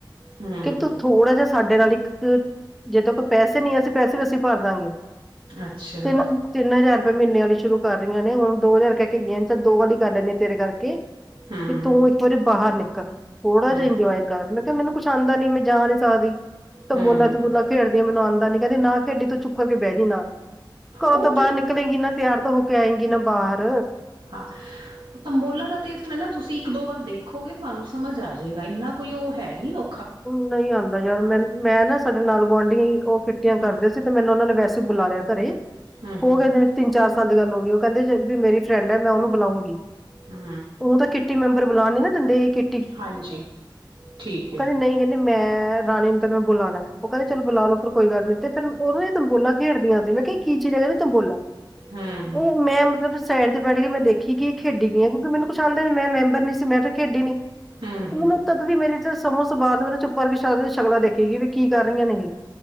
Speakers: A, on the right; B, in the centre.
A: ਹੂੰ
B: ਕਿ ਤੂੰ ਥੋੜ੍ਹਾ ਜਾ ਸਾਡੇ ਨਾਲ ਇੱਕ ਜੇ ਤੇ ਕੋ ਪੈਸੇ ਨੀ ਐ, ਅਸੀਂ ਪੈਸੇ ਵੀ ਅਸੀਂ ਭਰ ਦਾਂਗੇ,
A: ਅੱਛਾ
B: ਤਿੰਨ- ਤਿੰਨ ਹਜ਼ਾਰ ਫਿਰ ਮਹੀਨੇਂ ਵਾਲੀ ਸ਼ੁਰੂ ਕਰ ਰਹੀਆਂ ਨੇ, ਹੁਣ ਦੋ ਹਜ਼ਾਰ ਕਹਿ ਕੇ ਗਈਆਂ ਨੇ ਚੱਲ ਦੋ ਵਾਲੀ ਕਰ ਲੈਂਦੇ ਤੇਰੇ ਕਰਕੇ।
A: ਹਮ
B: ਕਿ ਤੂੰ ਇੱਕ ਵਾਰੀ ਬਾਹਰ ਨਿਕਲ, ਥੋੜਾ
A: ਹੂੰ
B: ਜਿਹਾ ਇੰਜੋਏ ਕਰ, ਮੈਂ ਕਿਹਾ ਮੈਨੂੰ ਕੁਛ ਆਂਦਾ ਨੀ ਮੈਂ ਜਾ ਨੀ ਸਕਦੀ। ਤੰਬੋਲਾ
A: ਹੂੰ
B: ਤੰਬੋਲਾ ਖੇਡਦੀਆਂ, ਮੈਨੂੰ ਆਂਦਾ ਨੀ, ਕਹਿੰਦੀ ਨਾ ਖੇਡੀ ਤੋਂ ਚੁੱ ਚੁਪ ਕਰਕੇ ਬਹਿ ਜੀ ਨਾਲ, ਘਰੋਂ
A: ਉਹ
B: ਤਾਂ
A: ਤੇ
B: ਬਾਹਰ ਨਿਕਲੇਗੀ ਨਾ ਤਿਆਰ ਤਾਂ ਹੋ ਕੇ ਆਏਗੀ ਨਾ ਬਾਹਰ।
A: ਹਾਂ। ਤੰਬੋਲਾ ਦਾ ਤੇ ਇਸ ਤਰ੍ਹਾਂ ਨਾ, ਤੁਸੀਂ ਇੱਕ ਦੋ ਵਾਰ ਦੇਖੋਂਗੇ, ਤੁਹਾਨੂੰ ਸਮਝ ਆ ਜਾਏਗਾ ਇੰਨਾ ਕੋਈ ਉਹ ਐ ਨੀ ਔ
B: ਉਹ ਨਈ ਆਦਾ ਯਾਰ, ਮੈਂ ਮੈਂ ਨਾ ਸਾਡੇ ਨਾਲ ਗੁਆਂਢੀਆਂ ਈ ਉਹ ਕਿੱਟੀਆਂ
A: ਹੂੰ
B: ਕਰਦੇ ਸੀ, ਤੇ ਮੈਨੂੰ ਉਹਨਾਂ ਨੇ ਵੈਸੇ ਈ ਬੁਲਾ ਲਿਆ ਘਰੇ,
A: ਹੂੰ
B: ਹੋਗੇ
A: ਹੂੰ
B: ਦਿਨ ਤਿੰਨ-ਚਾਰ ਸਾਲ ਦੀ ਗੱਲ ਹੋ ਗਈ, ਓ ਕੇਂਦੇ ਵੀ ਮੇਰੀ ਫਰੈਂਡ ਐ ਮੈਂ ਉਹਨੂੰ ਬੁਲਾਊਂਗੀ।
A: ਹੂੰ।
B: ਉਹ ਤਾਂ ਕਿੱਟੀ ਮੈਂਬਰ ਬੁਲਾਉਣ ਨੀ ਨਾ ਦਿੰਦੇਂ, ਕਿ
A: ਹਾਂਜੀ, ਠੀਕ ਐ।
B: ਨਈ ਕਹਿੰਦੀ ਮੈਂ ਰਾਣੀ ਨੂੰ ਤਾਂ ਮੈਂ ਬੁਲਾਉਣਾ, ਉਹ ਕਹਿੰਦੇ ਚਲੋਂ ਬੁਲਾ ਲੋ ਫਿਰ ਕੋਈ ਗੱਲ ਨੀ, ਤੇ ਫਿਰ ਉਹਦੋਂ ਤੰਬੋਲਾ ਖੇਡਦੀਆਂ ਸੀ, ਮੈਂ ਕਿਹਾ ਕੀ ਚੀਜ ਐ ਕਹਿਦੇ ਤੰਬੋਲਾ
A: ਹਮ
B: ਉਹ ਮੈਂ ਮਤਲਬ ਸਾਈਡ ਤੇ ਬੈਠ ਕੇ, ਮੈਂ ਦੇਖੀ ਗੀ ਖੇਡੀ ਗਈ, ਕਿਉਂਕ ਮੈਨੂੰ ਕੁਛ ਆਂਦਾ ਮੈਂ ਮੈਬਰ ਨੀ ਸੀ, ਮੈ ਫਿਰ ਖੇਡੀ ਨੀ।
A: ਹਮ ਹਮ
B: ਮੈਨੂੰ ਤਦ ਵੀ ਮੇਰੇ ਜਿਸ ਸਮਝ ਤੋਂ ਬਾਰ ਮੇਰੇ ਚੁੱਪ ਕਰਕੇ ਸ਼ਕਲਾ ਦੇਖੀ ਗੀ ਵੀ ਕੀ ਕਰ ਰਹੀਆਂ ਨੇ ਇਹੇ,